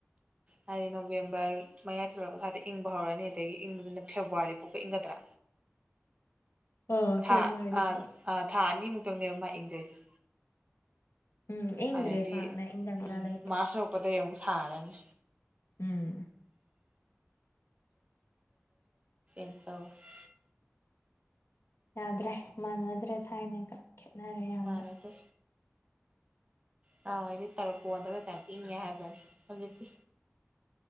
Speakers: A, on the right; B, on the left.
A: ꯍꯥꯏꯗꯤ ꯅꯣꯕꯦꯝꯕꯔ ꯃꯌꯥꯏ ꯆꯤꯜꯂꯛꯄ ꯁ꯭ꯋꯥꯏꯗ ꯏꯪꯕ ꯍꯧꯔꯛꯑꯅꯤ ꯑꯗꯒꯤ ꯏꯪꯕꯗꯨꯅ ꯐꯦꯕꯋꯥꯔꯤ ꯄꯣꯛꯄ ꯏꯪꯒꯗ꯭ꯔꯥ
B: ꯑꯣ
A: ꯊꯥ
B: ꯐꯦꯕꯋꯥꯔꯤꯕꯨ
A: ꯑꯥ ꯊꯥ ꯑꯅꯤꯃꯨꯛꯇꯪꯅꯦꯕ ꯃꯥ ꯏꯡꯗꯣꯏꯁꯦ
B: ꯎꯝ ꯏꯪꯗ꯭ꯔꯦ
A: ꯑꯗꯩꯗꯤ
B: ꯄꯥꯛꯅ ꯏꯪꯊꯝꯊꯥ
A: ꯎꯝ
B: ꯂꯩꯇ꯭ꯔꯦ
A: ꯃꯥꯔꯁ ꯌꯔꯄꯗꯩ ꯑꯃꯨꯛ ꯁꯥꯔꯅꯤ
B: ꯎꯝ
A: <unintelligible>
B: ꯌꯥꯗ꯭ꯔꯦ ꯃꯥꯟꯅꯗ꯭ꯔꯦ ꯊꯥꯏꯅꯒ ꯈꯦꯠꯅꯔꯦ ꯌꯥꯝꯅ
A: ꯃꯥꯟꯅꯗꯦ ꯅꯍꯥꯋꯥꯏꯗꯤ ꯇ꯭ꯔꯛ ꯄꯣꯟꯗꯒꯁꯦ ꯏꯪꯉꯦ ꯍꯥꯏꯕꯟ ꯍꯧꯖꯤꯛꯇꯤ